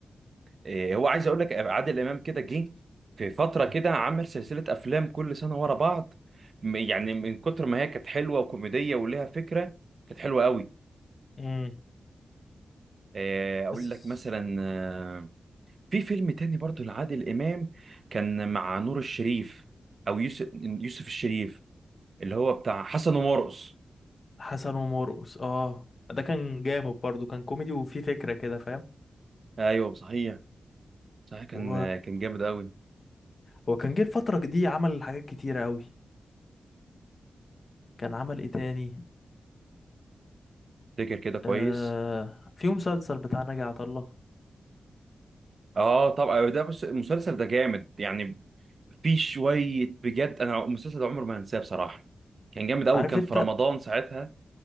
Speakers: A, on the right (about 50°); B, on the left (about 45°).
A: إيه، هو عايز اقول لك عادل امام كده جه في فتره كده عمل سلسله افلام كل سنه ورا بعض م- يعني من كتر ما هي كانت حلوه وكوميديه وليها فكره كانت حلوه قوي
B: امم
A: إيه، اقول
B: بس
A: لك مثلا آه، في فيلم تاني برضو لعادل امام كان مع نور الشريف او يوسف يوسف الشريف اللي هو بتاع حسن ومرقص
B: حسن ومرقص اه ده كان جامد برضو كان كوميدي وفيه فكرة كده فاهم
A: ايوه صحيح صحيح كان
B: و...
A: كان جامد قوي
B: وكان جه الفترة دي عمل حاجات كتيرة أوي كان عمل ايه تاني
A: فاكر كده كويس
B: آه في مسلسل بتاع ناجي عطا الله
A: اه طبعا ده بص المسلسل ده جامد يعني في شويه بجد انا المسلسل ده عمر ما هنساه بصراحه كان جامد قوي
B: عارف
A: كان
B: انت
A: في رمضان ساعتها